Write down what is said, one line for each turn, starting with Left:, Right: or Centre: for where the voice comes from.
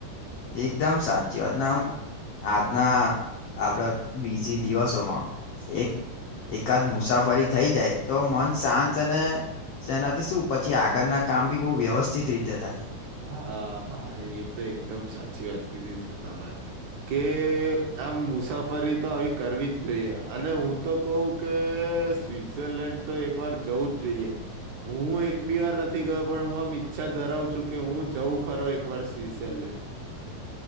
Left: એકદમ સાચી વાત નામ આજના આપડા બીજી દિવસોમાં એક એકાદ મુસાફરી થઈ જાય તો મન શાંત અને સેનાથી શું પછી આગળના કામ ભી બહુ વ્યવસ્થિત રીતે થાય
Right: હા હા એ તો એકદમ સાચું સાચી વાત કીધી છે તમે કે આમ મુસાફરી તો આવી કરવી જ જોઈએ. અને હું તો કઉ કે સ્વઝરલેન્ડ તો એક પર જવું જ જોઈએ હું એક બી વાર નથી ગયો પણ હું આમ ઈચ્છા ધરાવ શું કે હું જવું ખરો એક વાર સ્વઝરલેન્ડ.